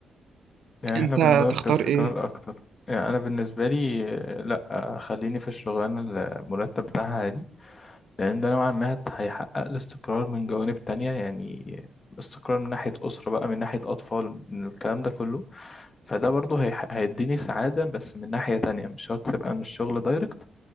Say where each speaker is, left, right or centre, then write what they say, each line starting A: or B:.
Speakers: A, on the left; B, on the right.
A: يعني
B: انت
A: احنا بندور
B: تختار
A: كاستقرار
B: ايه
A: اكتر يعني انا بالنسبة لي آه، لا آه، خليني في الشغلانة اللي المرتب بتاعها عالي لأن ده نوعا ما هت- هيحقق الاستقرار من جوانب تانية يعني استقرار من ناحية أسرة بقى من ناحية أطفال من الكلام ده كله فده برضه هيح- هيديني سعادة بس من ناحية تانية مش شرط تبقى من الشغل دايركت